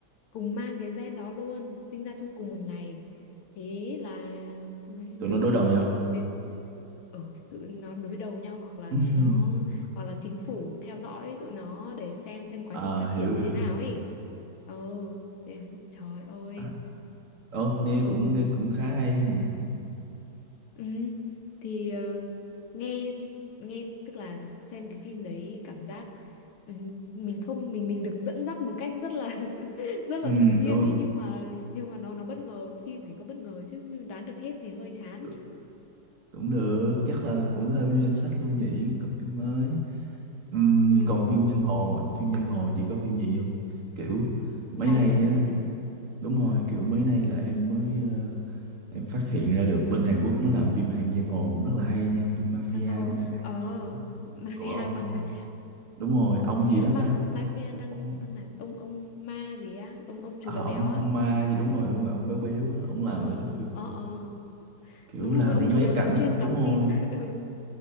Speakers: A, on the left; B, on the right.
A: cùng mang cái gen đó luôn sinh ra trong cùng một ngày thế là ừ,
B: tụi
A: kiểu
B: nó đối đầu nhau
A: người ừ, tụi nó đối đầu nhau hoặc là
B: <laughs>
A: tụi nó hoặc là chính phủ theo dõi tụi nó để xem xem quá
B: Ờ,
A: trình phát
B: hiểu
A: triển như
B: hiểu.
A: thế nào ấy ừ thế- trời ơi
B: À, ờ, nghe
A: sợ
B: cũng
A: luôn
B: nghe cũng khá hay nhỉ.
A: ừ, thì ờ, nghe nghe tức là xem cái phim đấy cảm giác ừ, mình không mình mình được dẫn dắt một cách rất là <laughs> rất
B: Ừ,
A: là tự nhiên
B: luôn
A: ấy nhưng mà nhưng mà nó nó bất ngờ phim phải có bất ngờ chứ nhưng mà đoán được hết thì hơi chán
B: cũng, cũng được, chắc là cũng thêm vô danh sách luôn nhỉ, có phim mới. Ừm,
A: ừ,
B: còn phim giang hồ, phim giang hồ chị có phim gì không? Kiểu mấy
A: giang
B: nay
A: hồ
B: á,
A: ấy à?
B: đúng rồi, kiểu mấy nay là em mới ờ, em phát hiện ra được bên Hàn Quốc nó làm phim hàng giang hồ cũng rất là hay nha, phim mafia
A: À, giang hồ
B: băng đảng
A: ờ
B: rồi đó
A: <laughs> mafia
B: của ông.
A: băng đảng
B: Đúng rồi, ông
A: thế
B: gì
A: á,
B: đó
A: ma
B: ta? Ông
A: mafia đang
B: ông
A: đang là ông ông ma gì á ông ông chú
B: à,
A: béo
B: ông
A: béo á
B: ông ma gì đúng rồi, đúng rồi, ông béo béo á, ông
A: ờ
B: làm mấy cái phim
A: ờ ờ.
B: kiểu
A: đúng
B: làm
A: rồi ông
B: ra mấy
A: chú béo
B: cái cảnh
A: béo chuyên
B: đúng
A: đóng
B: rồi
A: phim <laughs>